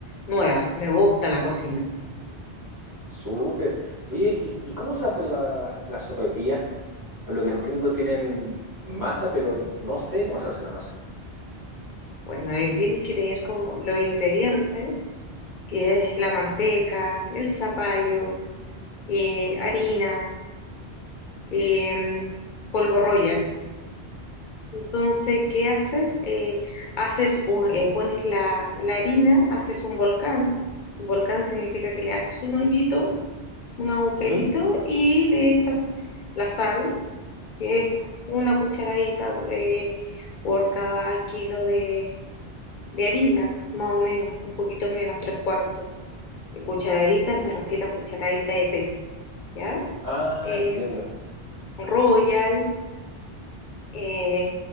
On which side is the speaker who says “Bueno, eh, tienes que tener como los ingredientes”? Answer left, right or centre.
Left